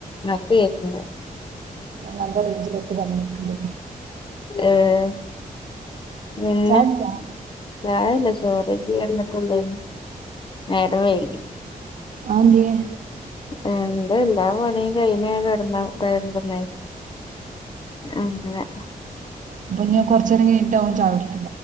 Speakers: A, on the left; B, on the right.
A: ഇപ്പ കേക്ക്ണ്ട്
B: നല്ല റേഞ്ചിലൊക്കെ വന്നിട്ടുണ്ട്
A: ഏഹ് പിന്നെ
B: ചായ കുടിച്ചോ
A: ചായ അല്ല ചോറ് പിന്നെന്തൊക്കെണ്ട് നേരം വൈകി
B: അതെന്തേയ്
A: എന്താ എല്ലാ പണിയും കഴിഞ്ഞാ കെടന്നേ അങ്ങനെ
B: അപ്പ ഞാ കുറച്ച് നേരം കഴിഞ്ഞിട്ടാവും ചായ കുടി